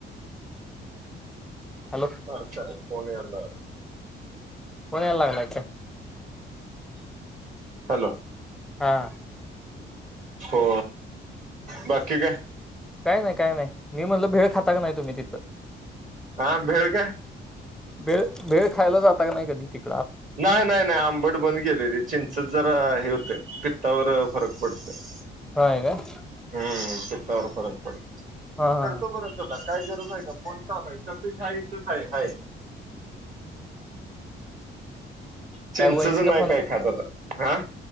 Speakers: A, in the centre; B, on the right.
A: हॅलो
B: अच्छा फोन यांयले लागला
A: फोन यांयला लागलंय की कायं
B: हॅलो
A: हां
B: हो बाकी कायं
A: कायं नाहीं कायं नाहीं मी म्हणलं भेळ खांता कां नाहीं तुम्हीं तिथं
B: हां भेळ कायं
A: भेळ भेळ खांयला जांता कां नाहीं कधीं तिथं
B: नाहीं नाहीं नाहीं आंबट बनं गेले ते चिंचत जरां हे होते पित्तावरं फरंक पडतं यं
A: होयं कायं
B: हम्मं पित्तांवर फरंक पडतो
A: हा हा
B: करतों
A: हा
B: परंत कायं गरजं आहे कां फोन चायांय तसं कांहीं कायं आहे चिंचच
A: काय वहिनींचा
B: नाहीं कायं खांत आंता हां